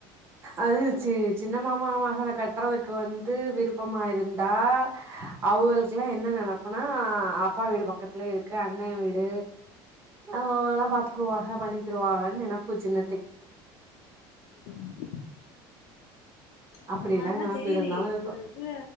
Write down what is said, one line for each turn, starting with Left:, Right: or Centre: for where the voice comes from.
Right: அது சி சின்ன மாமா மகள கட்டுறதுக்கு வந்து விருப்பம்மாயிருந் தா அவுகளுக்கெல்லாம் என்ன நினைப்புனா அப்பா வீடு பக்கத்திலயே இருக்கு அண்ணா வீடு ஹ் எல்லாம் பாத்துக்குவாக பண்ணிக்கிருவாங்கன்னு நேனப்பு சின்னத்தைக்கு
Left: ம் அந்த
Right: அப்படியெல்லா
Left: மாரிலாம்
Right: நெனப்பு
Left: தெரியலையே
Right: இருந்தாலு இருக்கு
Left: இ வுக